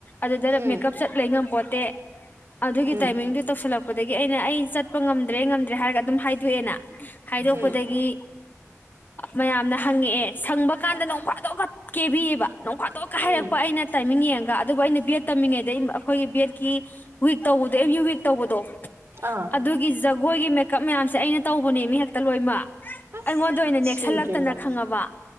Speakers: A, on the left; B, on the right.
A: ꯑꯗꯨꯗꯅ
B: ꯎꯝ
A: ꯃꯦꯀꯞ ꯆꯠ ꯂꯩ ꯉꯝꯄꯣꯠꯇꯦ ꯑꯗꯨꯒꯤ
B: ꯎꯝ
A: ꯇꯥꯏꯃꯤꯡꯗꯨꯣ ꯇꯧꯁꯤꯜꯂꯛꯄ ꯑꯗꯒꯤ ꯑꯩꯅ ꯑꯩ ꯆꯠꯄ ꯉꯝꯗ꯭ꯔꯦ ꯉꯝꯗ꯭ꯔꯦ ꯍꯥꯏꯔꯒ ꯑꯗꯨꯝ ꯍꯥꯏꯗꯣꯛꯑꯦꯅ ꯈꯥꯏꯗꯣꯛꯄꯗꯒꯤ
B: ꯎꯝ
A: ꯃꯌꯥꯝꯅ ꯍꯪꯉꯛꯑꯦ ꯁꯪꯕ ꯀꯥꯟꯗ ꯅꯣꯡꯐꯥꯗꯣꯛꯑꯒ ꯀꯦꯕꯤꯌꯦꯕ ꯅꯣꯡꯐꯥꯗꯣꯛꯒ
B: ꯎꯝ
A: ꯍꯥꯏꯔꯛꯄ ꯑꯩꯅ ꯇꯥꯏꯃꯤꯡ ꯌꯦꯡꯉꯒ ꯑꯗꯨꯕꯨ ꯑꯩꯅ ꯕꯦꯠ ꯇꯝꯃꯤꯉꯩꯗꯩ ꯑꯩꯈꯣꯏꯒꯤ ꯕꯦꯠꯀꯤ ꯋꯤꯛ ꯇꯧꯕꯗꯣ ꯑꯦ꯭ꯌꯨ ꯋꯤꯛ ꯇꯧꯕꯗꯣ
B: ꯑꯥ
A: ꯑꯗꯨꯒꯤꯖ ꯃꯣꯏꯒꯤ ꯃꯦꯀꯞ ꯃꯌꯥꯝꯁꯦ ꯑꯩꯅ ꯇꯧꯕꯅꯦ ꯃꯤ ꯍꯦꯛꯇ ꯂꯣꯏꯃꯛ
B: ꯑꯁ
A: ꯑꯩꯉꯣꯟꯗ ꯑꯗꯨ ꯑꯣꯏꯅ
B: ꯁꯤꯗ꯭ꯔꯤꯕ꯭ꯔꯥ
A: ꯅꯦꯛꯁꯜꯂꯛꯇꯅ ꯈꯪꯉꯕ